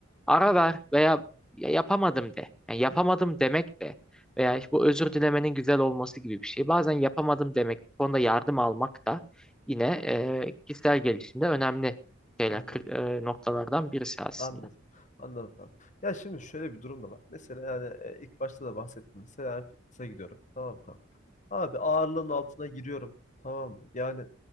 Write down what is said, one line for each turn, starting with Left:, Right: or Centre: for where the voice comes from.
Centre: ara ver veya ya yapamadım de. Yani yapamadım demek de veya işte bu özür dilemenin güzel olması gibi bir şey. Bazen yapamadım demek, bu konuda yardım almak da yine e, kişisel gelişimde önemli şeyler,
Left: anladım.
Centre: kır- e, noktalardan birisi aslında.
Left: Anladım. Anladım abi. Ya şimdi şöyle bir durum da var. Mesela yani e, ilk başta da bahsettim. Mesela yani fitness'a gidiyorum. Tamam mı kanka. Abi ağırlığın altına giriyorum. Tamam mı? Yani